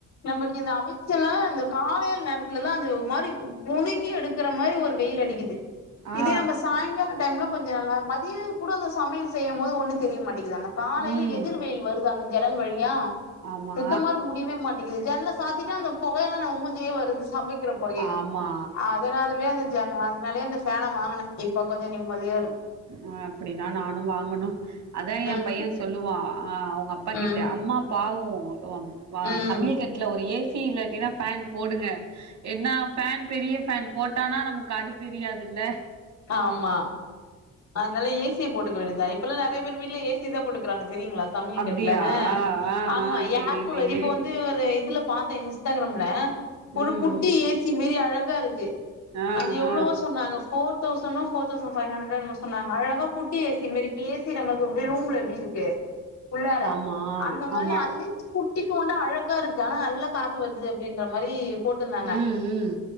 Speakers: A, on the left; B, on the right.
A: நமக்கு இந்த அவிச்சயெல்லா இந்த காலையல நேரத்துலதான் அது ஒரு மாதிரி புடுங்கி எடுக்கற மாதிரி ஒரு வெயில் அடிக்குது இதே
B: ஆ
A: நம்ம சாயங்கால டைம்ல கொஞ்சோ நல்லா மதியம் கூட அந்த சமையல் செய்யம் போது ஒன்னும் தெரிய மாட்டேங்கதுதானே காலையில
B: ம்
A: எதிர் வெயில் வருதான் ஜன்னல் வழியா
B: ஆமா
A: சுத்தமாரு முடிவே மாட்டங்கிது ஜன்னல சாத்திட்டு அந்த புகையெலா நம்ம மூஞ்சி லேயே வருது சமைக்கற புகைய
B: ஆமா
A: அதனாலவே அந்த அதனாலயே இந்த ஃபேனை வாங்கினேன் இப்ப கொஞ்சோ நிம்மதியா இரு
B: ஆ அப்படிதான் நானும் வாங்கனும் அதான் என்
A: ம்
B: பையன் சொல்லுவான் அ வங்க அப்பா
A: ம்
B: கிட்ட அம்மா பாவம் ஓ வோவம் வா
A: ம்
B: சமையல்
A: ம்
B: கட்டல ஒரு ஏஸ் சி இல்லாட்டனா ஃபேன் போடுங்க என்னா ஃபேன் பெரிய ஃபேன் போ ட்டானா நமக்கு அடுப்பு எரியாதல்ல
A: ஆமா அனால ஏசிய போட்டுக்க வேண்டிதா இப்பல்லா நெறைய பேர் வீட் ல ஏசி தா போட்டுக்குறாங்க தெரிங்ளா சமய
B: அப்டியா
A: கட்ல
B: ஆ
A: ஆமா
B: ஆ தெரிலயே
A: ஏர் கூலர் இப்ப வந்து ஒரு இதுல பாத்தே இன்ஸ்டாகிரம்ல ஒரு
B: ம்
A: குட்டி
B: ம்
A: ஏசி மெரி அழ காருக்கு
B: ஆ
A: அது எவ்ளோவோ
B: ஆ
A: சொன்னாங்க ஃபோர் தௌசணோ ஃபோர் தௌஸன் ஃபை ஹன்ட்ரட்னோ சொன்னாங்க அழகா குட்டி ஏசி மரி இப்ப ஏசி நம்ம வே ரூம்ல எப்டி இருக்கு உள்ளார
B: ஆமா
A: அந்த மாரி
B: ஆமா
A: அதுலய் குட்டிக் ஃபேன்னு டு அழ காருக்கு ஆனா நல்ல காத்து வருது அப்டின்ற மாரி போட்ருந்தாங்க
B: ம் ம்